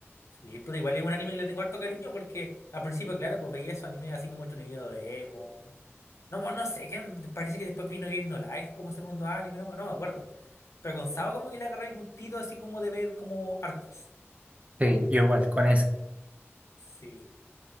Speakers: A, on the left (about 80°); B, on the right (about 30°).
A: Sí, puta, igual es un anime que le tengo harto cariño porque al principio, claro, pues veía esos animes así como hecho video de emo. No, mo- no sé, que me parece que después vino Game No Life como segundo anime, no, mo- no me acuerdo. Pero con Saba como que le agarré el gustito así como de ver como hartos.
B: Sí, yo igual con ese.
A: Sí.